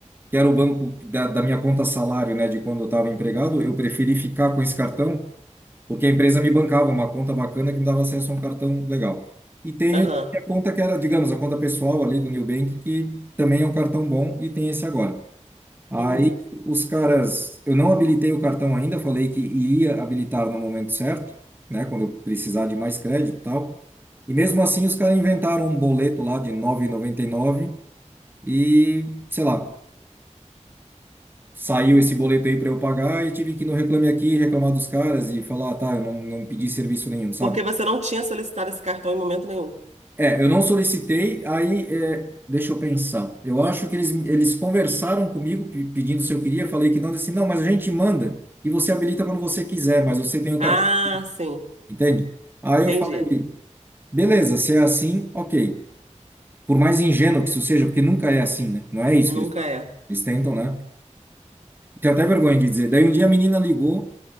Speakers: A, on the right (about 15°); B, on the right (about 70°).
A: que era o banco da, da minha conta salário, né, de quando eu estava empregado. Eu preferi ficar com esse cartão. porque a empresa me bancava uma conta bacana que me dava acesso a um cartão legal. E tenho
B: aham,
A: a minha conta que era, digamos, a conta pessoal ali do Nubank, que também é um cartão bom e tem esse agora. Aí
B: uhum.
A: os caras, eu não habilitei o cartão ainda, falei que iria habilitar no momento certo, né, quando eu precisar de mais crédito e tal. E mesmo assim os caras inventaram um boleto lá de nove e, noventa e nove e, sei lá, saiu esse boleto aí para eu pagar e tive que ir no Reclame Aqui reclamar dos caras e falar, ah, tá, eu não, não pedi serviço nenhum, sabe?
B: Porque você não tinha solicitado esse cartão em momento nenhum.
A: É, eu não solicitei, aí, é, deixa eu pensar. Eu acho que eles, eles conversaram comigo pe- pedindo se eu queria, falei que não, disse assim, não, mas a gente manda e você habilita quando você quiser, mas você tem o
B: Ah,
A: cartão,
B: sim,
A: entende? Aí
B: entendi.
A: eu falei, beleza, se é assim, ok. Por mais ingênuo que isso seja, porque nunca é assim, né? Não é isso
B: Nunca
A: que eles fazem.
B: é.
A: Eles tentam, né? Tenho até vergonha de dizer. Daí um dia a menina ligou.